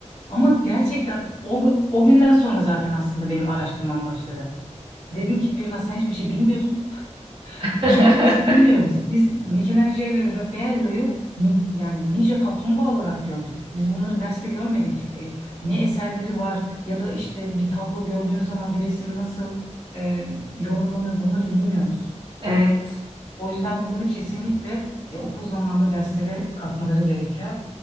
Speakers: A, on the left (about 80°); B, on the right (about 45°).
A: Ama gerçekten o, gü- o günden sonra zaten aslında benim araştırmam başladı. Dedim ki Birna sen hiçbir şey bilmiyorsun.
B: <laughs>
A: Çünkü biz bilmiyoruz. Biz Michelangelo ve Raffaello'yu mi- yani Ninja Kaplumbağa olarak gördük. Biz bunları derste görmedik. E, ne eserleri var ya da işte bir tablo gördüğün zaman bir resim nasıl e, yorumlanır bunları bilmiyoruz.
B: <laughs> Evet.
A: O yüzden bunları kesinlikle e, okul zamanında derslere katmaları gerekiyor.